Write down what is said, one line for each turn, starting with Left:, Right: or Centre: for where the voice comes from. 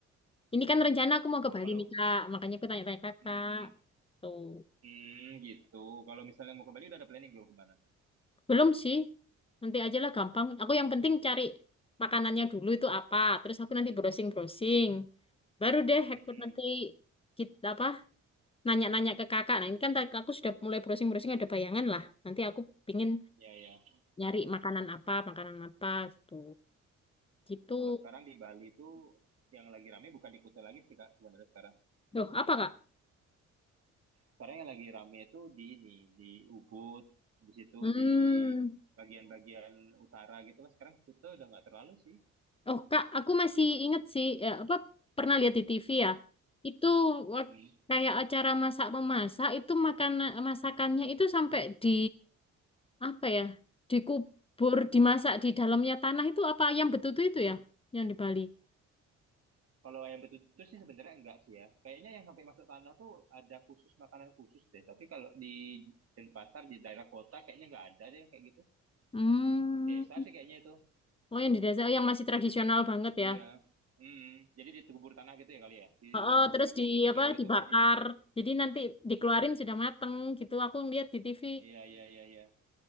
Left: Ini kan rencana aku mau ke
Right: oh
Left: Bali
Right: kalau
Left: nih, Kak. Makanya aku tanya-tanya Kakak.
Right: hmm,
Left: Tuh.
Right: hmm, gitu. Kalau misalnya mau ke Bali udah ada planning belum kemana?
Left: Belum sih. Nanti aja lah gampang. Aku yang penting cari makanannya dulu itu apa. Terus aku nanti browsing-browsing. Baru deh
Right: Hmm,
Left: aku nanti kita apa nanya-nanya ke kakak. Nah, ini kan tadi aku sudah mulai browsing-browsing ada bayangan lah. Nanti aku pingin
Right: ya ya.
Left: nyari makanan apa, makanan apa gitu. Gitu.
Right: Kalau sekarang di Bali itu yang lagi rame bukan di Kuta lagi sih kak sebenarnya sekarang.
Left: Loh, apa Kak?
Right: Sekarang yang lagi rame itu di ini, di Ubud, di situ
Left: Hmm.
Right: di bagian-bagian utara gitu lah. Sekarang Kuta udah nggak terlalu sih.
Left: Oh, Kak, aku masih inget sih ya, apa pernah lihat di TV ya. Itu wak-
Right: Hmm.
Left: kayak acara masak memasak itu makanan masakannya itu sampai di apa ya? Dikubur, dimasak di dalamnya tanah itu apa yang betutu itu ya? Yang di Bali.
Right: Kalau ayam betutu sih sebenarnya enggak sih ya. Kayaknya yang sampai masuk tanah tuh ada khusus makanan khusus deh. Tapi kalau di Denpasar di daerah kota kayaknya nggak ada deh yang kayak gitu.
Left: Hmm.
Right: Desa sih kayaknya itu.
Left: Oh, yang di desa oh, yang masih tradisional banget ya.
Right: Iya. Hmm. Jadi ditegubur tanah gitu ya kali ya. Dilapisin
Left: Oh, terus
Right: pakai
Left: di
Right: tin foil
Left: apa
Right: gitu
Left: dibakar.
Right: nggak sih?
Left: Jadi nanti dikeluarin sudah mateng gitu. Aku ngeliat di TV
Right: Iya iya iya iya.